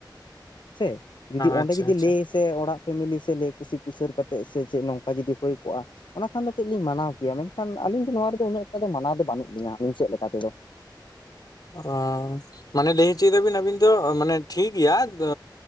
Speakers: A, on the left; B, on the left.
A: ᱥᱮ? ᱡᱩᱫᱤ ᱚᱸᱰᱮ
B: ᱟᱪᱪᱷᱟ
A: ᱡᱩᱫᱤ
B: ᱟᱪᱪᱷᱟ
A: ᱞᱟᱹᱭ ᱥ ᱛᱮ ᱚᱲᱟᱜ ᱯᱷᱮᱢᱮᱞᱤ ᱥᱮ ᱞᱟᱹᱭ ᱠᱩᱥᱤ ᱠᱩᱥᱟᱹᱨ ᱠᱟᱛᱮᱫ ᱥᱮ ᱪᱮᱫ ᱱᱚᱝᱠᱟ ᱡᱩᱫᱤ ᱦᱳᱭ ᱠᱚᱜ-ᱟ ᱚᱱᱟ ᱠᱷᱟᱱ ᱫᱚ ᱠᱟᱹᱡ ᱞᱤᱧ ᱢᱟᱱᱟᱣ ᱠᱮᱭᱟ᱾ ᱢᱮᱱᱠᱷᱟᱱ ᱟᱹᱞᱤᱧ ᱫᱚ ᱱᱚᱣᱟ ᱨᱮᱫᱚ ᱩᱱᱟᱹᱜ ᱮᱠᱴᱟ ᱫᱚ ᱢᱟᱱᱟᱣ ᱫᱚ ᱵᱟᱹᱱᱩᱜ ᱞᱤᱧᱟᱹ᱾ ᱟᱹᱞᱤᱧ ᱥᱮᱫ ᱞᱮᱠᱟ ᱛᱮᱫᱚ᱾
B: <unintelligible> ᱢᱟᱱᱮ ᱞᱟᱹᱭ ᱦᱚᱪᱚᱭ ᱫᱟᱵᱤᱱ ᱟᱹᱵᱤᱱ ᱫᱚ ᱢᱟᱱᱮ ᱴᱷᱤᱜ ᱜᱮᱭᱟ ᱫᱚᱻ